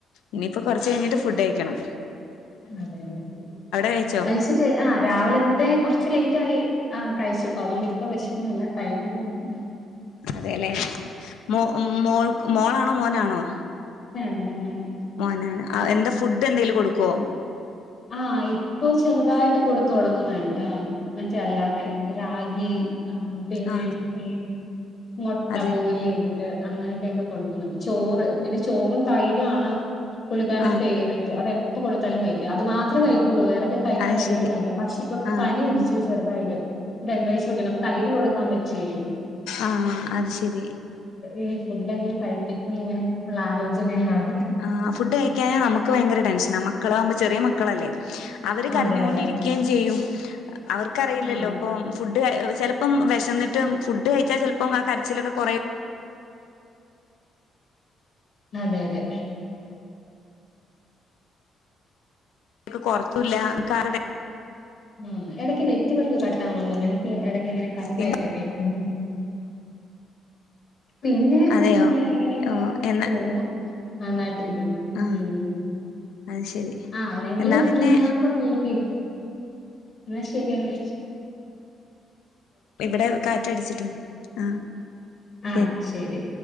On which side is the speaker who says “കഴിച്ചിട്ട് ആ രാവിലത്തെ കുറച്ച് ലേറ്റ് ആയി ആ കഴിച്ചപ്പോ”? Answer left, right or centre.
Left